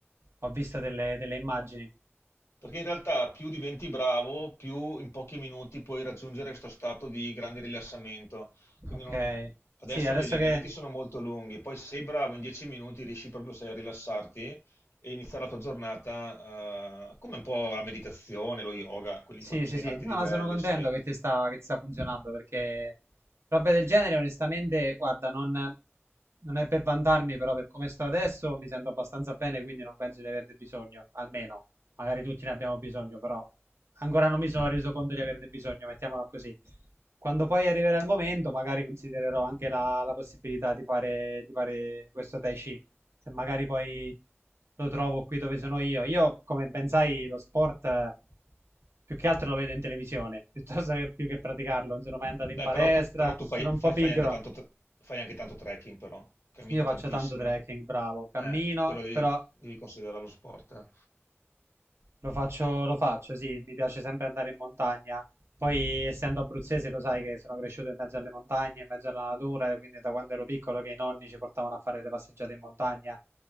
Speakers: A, on the right; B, on the left.
A: ho visto delle, delle immagini.
B: Perché in realtà più diventi bravo, più in pochi minuti puoi raggiungere questo stato di grande rilassamento. Quindi
A: Ok.
B: non- adesso
A: Sì, adesso
B: gli allenamenti
A: che...
B: sono molto lunghi, poi se sei bravo in 10 minuti riesci proprio sai, a rilassarti e iniziare la tua giornata eh, come un po' la meditazione, lo yoga, quelli
A: Sì,
B: quando sei
A: sì, sì,
B: a alti
A: no,
B: livelli,
A: ma sono contento
B: sai.
A: che ti sta, che ti sta funzionando perché robe del genere, onestamente, guarda, non, non è per vantarmi, però per come sto adesso mi sento abbastanza bene, quindi non penso di averne bisogno, almeno, magari tutti ne abbiamo bisogno, però ancora non mi sono reso conto di averne bisogno, mettiamola così. Quando poi arriverà il momento, magari considererò anche la, la possibilità di fare, di fare questo Tai Chi se magari poi lo trovo qui dove sono io. Io, come ben sai, lo sport eh, più che altro lo vedo in televisione, <laughs> piuttosto che più che praticarlo. Non sono mai andato in
B: Beh,
A: palestra,
B: però tu, però tu fai,
A: sono un po'
B: fai-
A: pigro.
B: fai anche tanto, tr- fai anche tanto trekking, però, cammini
A: Io faccio
B: tantissimo.
A: tanto trekking, bravo, cammino,
B: Eh, quello devi,
A: però
B: devi considerare lo sport. eh.
A: Lo faccio, lo faccio, sì, mi piace sempre andare in montagna. Poi, essendo abruzzese, lo sai che sono cresciuto in mezzo alle montagne, in mezzo alla natura, e quindi da quando ero piccolo che i nonni ci portavano a fare le passeggiate in montagna.